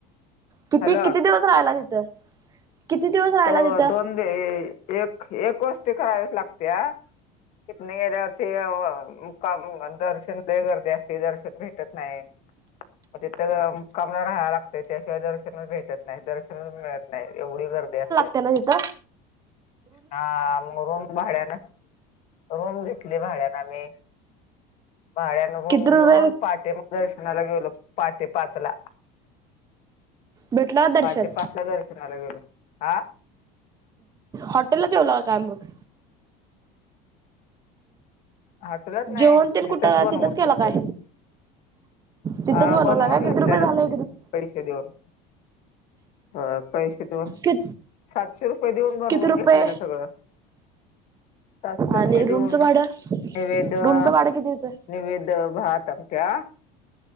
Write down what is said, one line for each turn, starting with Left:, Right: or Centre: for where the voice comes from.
Right: किती
Left: हॅलो
Right: किती दिवस राहिला तिथं? किती दिवस राहायला
Left: तो
Right: तिथं?
Left: दोन एक एक वस्ती करावीच लागतिया हितंन गेल्यावर ते मुक्काम दर्शन ते गर्दी असते दर्शन भेटत नाय म तिथ कामाला राह्या लागतय त्याशिवाय दर्शनच भेटत नाय दर्शनच मिळत नाय एवढी गर्दी अस.
Right: त्यांना तिथ
Left: हा म रूम भाड्यान रूम घेतली भाड्यान आम्ही भाड्यान रूम
Right: किती रुपये
Left: घेऊन पहाटे दर्शनाला गेलो पाटे पाचला
Right: भेटला दर्शन?
Left: पाटे पाच ला दर्शनाला गेलो. हा
Right: हॉटेलला जेवला का काय मग?
Left: हॉटेलात नाय
Right: जेवण तेन कुठं
Left: तिथंच बनवून
Right: केला
Left: घेतल्यालं.
Right: काय? तिथंच
Left: आ
Right: बनवला
Left: बनवून
Right: का
Left: घेतल्याल.
Right: किती रुपये झाले
Left: पैसे देऊन हा पैसे देऊन
Right: कि
Left: सातशे रुपये देऊन बनवून
Right: किती रुपये
Left: घेतलेलं सगळं. सातशे
Right: आणि
Left: रुपये देऊन
Right: रूमचं भाडं
Left: नैव्यद्य भात
Right: रूमचं भाडं किती होतं
Left: नैव्यद्य, भात, आमट्या.